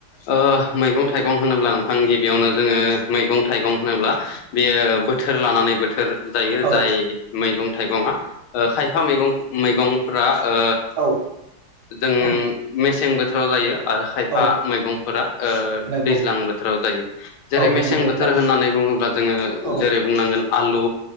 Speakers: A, on the left (about 80°); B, on the right (about 60°).
A: ओ मैगं थाइगं होनोब्ला नोंथां गिबियावनो जोङो मैगं थाइगं होनोब्ला बियो बोथोर लानानै बोथोर जायो
B: औ
A: जाय मैगं थाइगङा ओ खायफा मैगं मैगं फ्रा ओ
B: औ
A: जों
B: औ
A: मेसें बोथोराव जायो आरो खायफा
B: औ
A: मैगंफोरा ओ
B: नंगौ
A: दैज्लां बोथोराव जायो जेरै
B: औ
A: मेसें
B: नंगौ
A: बोथोर
B: नोंथां
A: होननानै बुङोब्ला जोङो
B: औ
A: जेरै बुंनांगोन आलु